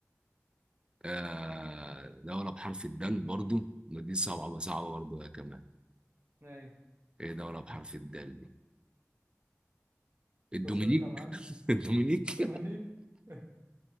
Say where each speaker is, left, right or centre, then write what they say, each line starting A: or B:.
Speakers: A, on the right; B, on the right.
A: آه دولة بحرف الدال برضو ما دي صعبة صعبة برضو يا كمان
B: ايوه
A: ايه دولة بحرف الدال دي الدومينيك
B: خسرت يا معلم
A: <laughs> الدومينيك
B: دومانيك <laughs>